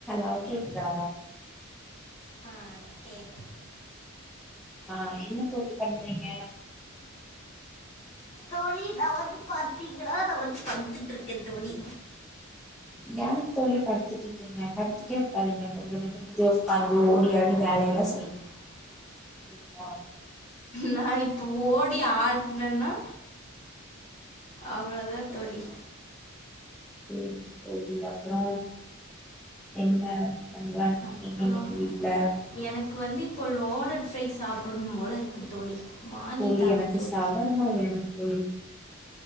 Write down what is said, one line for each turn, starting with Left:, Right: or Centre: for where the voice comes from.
Centre: ஆ கேக்குதா
Left: ஆ கேக்
Centre: ஆ என்ன தோழி பண்றீங்க
Left: தோழி நா வந்து பாத்தீங்கன்னா நா வந்து படுத்துட் இருக்கே தோழி
Centre: ஏ தோழி படுத்துட்டு இருக்கீங்க படுத்துட்டே இருக்காதீங்க பொழுதினிமே <unintelligible> உக்காந்து ஓடி ஆடி வேலையெல்லா செய்ங்க சரிங்களா
Left: நா இப்போ ஓடி ஆட்னன்னா அவ்வளதா தோழி
Centre: சேரிங் தோழி அப்றோ என்ன பண்ற
Left: அப்புறம்
Centre: நீங்க இன்னைக்கு வீட்ல
Left: எனக்கு வந்து இப்போ லோடட் ஃப்ரை சாப்பனும் போல இருக்கு தோழி வாங்கி
Centre: தோழி
Left: தாங்க
Centre: எனக்கு
Left: தோழி
Centre: <unintelligible> வேணு தோழி